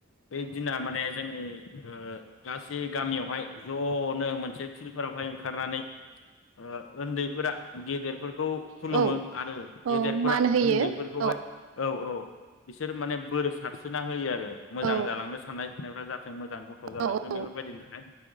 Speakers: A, on the left (about 70°); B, on the right (about 80°).
A: <inaudible> बे दिना माने जों ओ गासै गामियावहाय ज'नो मोनसे फिल्डफोरावहाय ओंखारनानै ओ उन्दैफोरा गेदेरफोरखौ खुलुमो
B: औ
A: आरो
B: औ
A: गेदेरफोरा
B: मान होयो
A: उन्दैफोरखौहाय
B: औ
A: औ औ बिसोर माने बोर सारस्रि सोना होयो आरो। मोजां
B: औ
A: जालांनो साननाय सनायफ्रा जाथों मोजां गथ' जालांथों
B: औ औ
A: बेफोरबायदिनि थाखाय